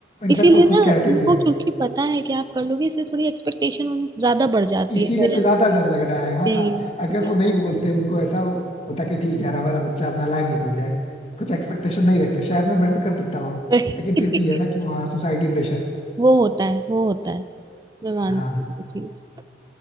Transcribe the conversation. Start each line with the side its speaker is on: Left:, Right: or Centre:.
Left: इनफैक्ट
Right: है। इसीलिए
Left: वो
Right: ना
Left: खुद कहते
Right: उनको
Left: भी है
Right: क्योंकि पता है कि आप कर लोगे इससे थोड़ी एक्सपेक्टेशन उन ज्यादा बढ़ जाती
Left: इसीलिए
Right: है पेरेंट्स
Left: तो ज्यादा
Right: की
Left: डर लग रहा है हाँ
Right: यही-
Left: अगर
Right: यही।
Left: वो नहीं बोलते उनको ऐसा होता कि ठीक है यार हमारा बच्चा अपना लायक निकल गया है कुछ एक्सपेक्टेशन नहीं रखते शायद मैं बेटर कर सकता हूँ
Right: <laughs> वही।
Left: लेकिन फिर भी है ना कि वो हाँ सोसाइटी प्रेशर
Right: वो होता है वो होता है मैं मानती
Left: हाँ
Right: हूँ वो